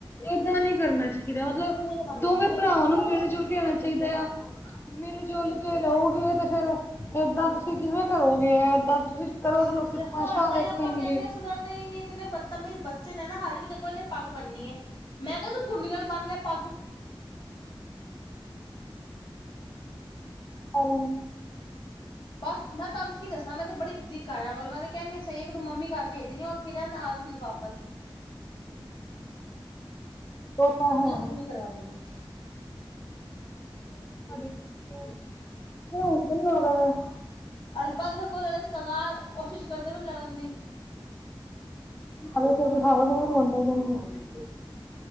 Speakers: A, on the left (about 25°); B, on the left (about 60°).
A: ਏਦਾਂ ਨਹੀਂ ਕਰਨਾ ਚਾਹੀਦਾ। ਇਦਾ ਮਤਲਬ
B: ਬੂਹੇ ਤੇ ਬੰਦ
A: ਦੋਵੇਂ
B: ਲੈ ਬੂਹੇ ਤੇ
A: ਭਰਾਵਾਂ
B: ਬੂਹੇ
A: ਨੂੰ ਮਿਲ-
B: ਤੋਂ
A: ਜੁਲ ਕੇ ਰਹਿਣਾ ਚਾਹੀਦਾ ਏ ਆ। ਮਿਲ- ਜੁਲ ਕੇ ਰਹੋਗੇ ਤੇ ਫੇਰ ਏਦਾਂ ਤੁਸੀਂ ਕਿਵੇਂ ਕਰੋਗੇ ਤੁਸੀਂ ਕਰੋਗੇ
B: ਬਿਲਕੁਲ
A: ਲੋਕੀ
B: ਦੇਖੋ
A: ਤਮਾਸ਼ਾ
B: ਏਦਾਂ
A: ਵੇਖਣਗੇ।
B: ਹੀ ਆਪਾਂ ਕਹਿੰਦੇ ਹਾਂ ਸੁਧਰਦੇ ਹੀ ਨੀ ਇਤਨੇ ਬਦਤਮੀਜ਼ ਬੱਚੇ ਨੇ ਨਾ ਹਜੇ ਵੀ ਦੇਖੋ ਇਹਨੇ ਪੱਗ ਬੰਨੀਏ। ਮੈਂ ਕਿਹਾ ਤੂੰ ਖੁੰਡੀਆਂ ਨੂੰ ਬੰਨ ਲੈ ਪੱਗ। <inaudible>
A: ਪਰ
B: ਬਸ ਮੈਂ ਤਾਨ ਕੀ ਦੱਸਾਂ ਮੈਂ ਤੇ ਬੜੀ ਦਿੱਕ ਆ ਇਹਨਾਂ ਕੋਲ ਮੈਂ ਤੇ ਕਹਿੰਨੀ ਤੇ ਇੱਕ ਦਿਨ ਮੰਮੀ ਘਰ ਭੇਜ ਦੇਣੀ ਆ, ਉੱਥੇ ਰਹਨਾ ਆ ਜਾਂਦਾ ਵਾਪਸ।
A: ਤਾਂ ਹੈ
B: ਅੱਪੂ
A: ਹੀ
B: ਨੀ ਕਰਵਾ ਦਗੀ <unintelligible>
A: ਹੁ ਤੇ ਨੀ <unintelligible>
B: ਅਲਬ ਕੋ ਲੜ ਤੇ ਕਗ ਕੋਸ਼ਿਸ਼ ਕਰਦੇ ਵੀ ਲੜਨ ਦੀ
A: ਮ ਤੇ ਬਿਠਾੋ ਰੋਂਂਦਾ ਜਾਗੇ <unintelligible>
B: <inaudible>